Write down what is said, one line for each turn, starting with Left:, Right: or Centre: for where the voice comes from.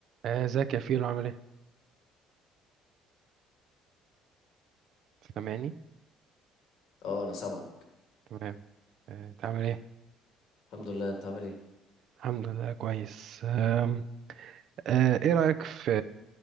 Right: آه، ازيك يا فيلو عامل ايه؟ سامعني؟
Left: اه انا سامعك
Right: تمام آه، انت عامل ايه؟
Left: الحمد لله انت عامل ايه
Right: الحمد لله كويس آم، آه، ايه رأيك في